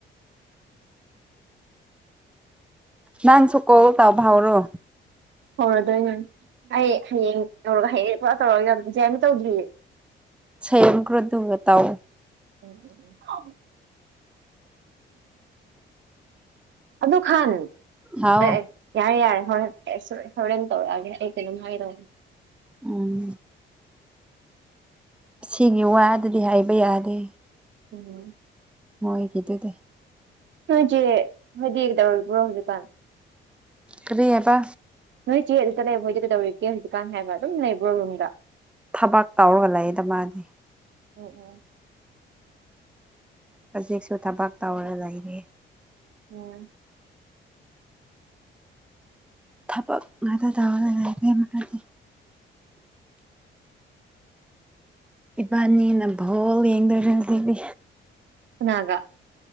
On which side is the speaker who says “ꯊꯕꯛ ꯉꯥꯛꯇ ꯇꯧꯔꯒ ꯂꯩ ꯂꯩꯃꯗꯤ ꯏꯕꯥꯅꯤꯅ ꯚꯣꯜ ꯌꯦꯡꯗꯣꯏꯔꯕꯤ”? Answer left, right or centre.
Centre